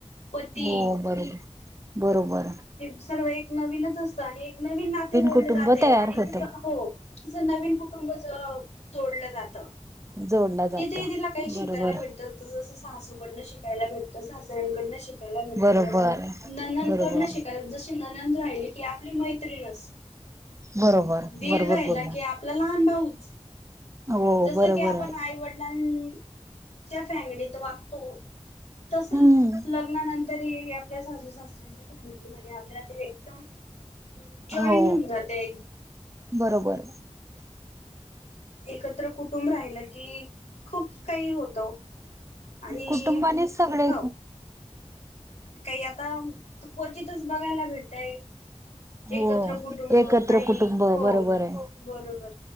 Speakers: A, on the left; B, on the right.
A: पती
B: हो बरोबर बरोबर.
A: हे सर्व एक नवीनच असतं, आणि एक नवीन नाते जोडले
B: कुटुंब
A: जाते,
B: तयार
A: आणि
B: होत
A: तिच हो तिचं नवीन कुटुंब ज जोडलं जात.
B: जोडला जात
A: तिथे तिला काही शिकायला
B: बरोबर
A: भेटत जसं सासूकडनं शिकायला भेटतं, सासऱ्यांकडनं शिक कायला भेटत,
B: बरोबर
A: नणंद
B: बरोबर
A: कडन शिकायला जस ननंद राहिली की आपली मैत्रिणच
B: बरोबर
A: दीड
B: बरोबर
A: राहिला
B: बोलला
A: की आपला लहान भाऊच.
B: हो
A: जस
B: बरोबर
A: की आपण आईवड न ज्या फॅमिलीत वागतो. तसच
B: हम्म
A: लग्नानं तरी आपल्या सासू सासर्यांच्या फॅमिलीमध्ये आपल्याला ते एकदम. जॉईन
B: हो
A: होऊन जाते.
B: बरोबर
A: एकत्र कुटुंब राहिलं की, खूप काही होतं. आणि
B: कुटुंबानीच सगळे
A: हो काही आता क्वचितच बघायला भेटतय.
B: हो
A: एकत्र कुटुंब
B: एकत्र
A: काही
B: कुटुंब
A: हो
B: बरोबर आहे
A: बरोबर